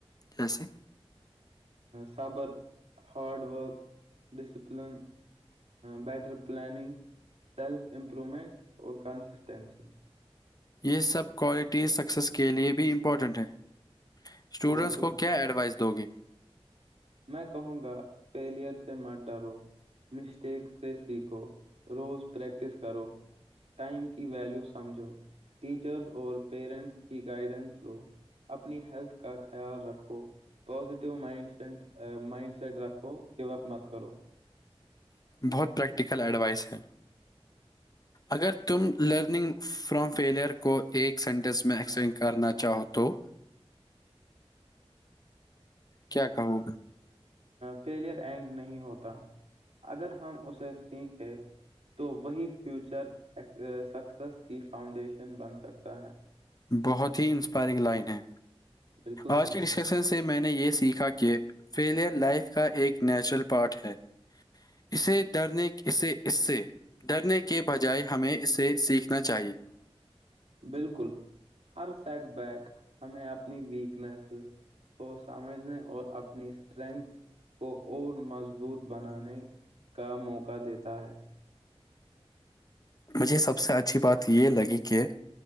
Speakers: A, on the left; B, on the right.
A: جیسے
B: صبر hard work discipline better planning self improvement اور کنسسٹینسی
A: یہ سب کوالٹیز سکسیز کے لیے بھی امپورٹنٹ ہیں اسٹوڈنٹس
B: بالکل
A: کو کیا ایڈوائس دو گی
B: میں کہوں گا فیلئر سے مت ڈرو مسٹیک سے سیکھو روز پریکٹس کرو ٹائم کی ویلو سمجھو ٹیچرس اور پیرنٹس کی گائڈنس لو اپنی ہیلتھ کا خیال رکھو positive mindset mindset رکھو کہ وپ مت کرو
A: بہت پریکٹیکل ایڈوائس ہے اگر تم لرننگ فرام فیلیئر کو ایک سینٹینس میں ایکسپلین کرنا چاہو تو کیا کہو
B: فیلر اینڈ نہیں ہوتا اگر ہم اسے سیکھے تو وہی فیوچر سکسیس کی فاؤنڈیشن بن سکتا ہے
A: بہت ہی انسپائرنگ لائن ہے
B: بالکل
A: آج
B: صحیح
A: کی ڈسکشن سے میں نے یہ سیکھا کہ فیلئر لائف کا ایک نیچرل پارٹ ہے اسے ڈرنے اسے اس سے ڈرنے کے بجائے ہمیں اسے سیکھنا چاہیے
B: بالکل ہر سیٹ بیک ہمیں اپنی ویکنیسز کو سمجھنے اور اپنی اسٹرینتھ کو اور مضبوط مبت بنانے کا موقع دیتا ہے
A: مجھے سب سے اچھی بات یہ لگی کہ